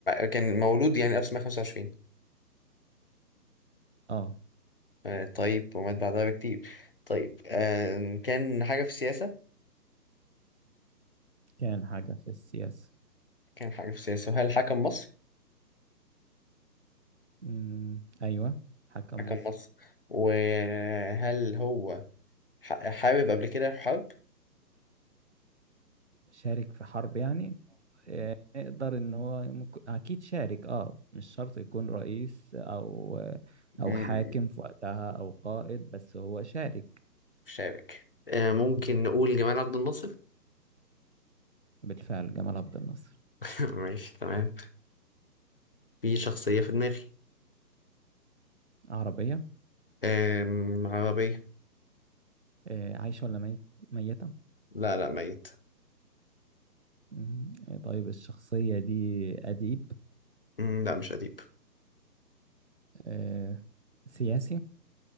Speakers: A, on the left; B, on the right.
A: كان مولود يعني 1925
B: اه
A: آه طيب ومات بعدها بكتير طيب آه كان حاجة في السياسة
B: كان حاجة في السياسة
A: كان حاجة في السياسة هل حكم مصر
B: مم، ايوه حكم
A: حكم
B: مصر
A: مصر وهل هو ح- حارب قبل كده في حرب
B: شارك في حرب يعني آه، نقدر ان هو ممكن اكيد شارك اه مش شرط يكون رئيس او آه، او
A: اه
B: حاكم في وقتها او قائد بس هو شارك
A: شابك آه ممكن نقول جمال عبد الناصر
B: بالفعل جمال عبد الناصر
A: <laughs> ماشي تمام في شخصية في دماغي
B: عربية
A: آم عربية
B: آه، عايشة ولا ميت ميتة
A: لا لا ميت
B: مم. آه، طيب الشخصية دي أديب
A: مم، لا مش أديب
B: آه، سياسي